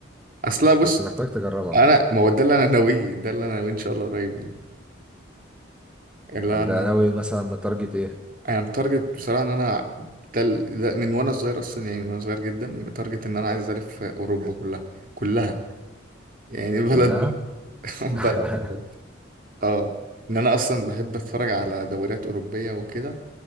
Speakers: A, on the right; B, in the centre.
A: اصلا بص
B: كنت محتاج تجربها
A: انا
B: مثلا
A: ما هو ده اللي انا ناويه ده اللي انا ناويه ان شاء الله قريب يعني اللي
B: ده
A: انا
B: ناوي مثلا متارجت ايه
A: انا متارجت بصراحه ان انا ده ال- ده من وانا صغير اصلا يعني من وانا صغير جدا متارجت ان انا عايز الف اوروبا كلها كلها يعني بلد
B: كلها
A: <laughs> بلد
B: <laughs>
A: بلد اه ان انا اصلا بحب اتفرج على دوريات اوروبيه وكده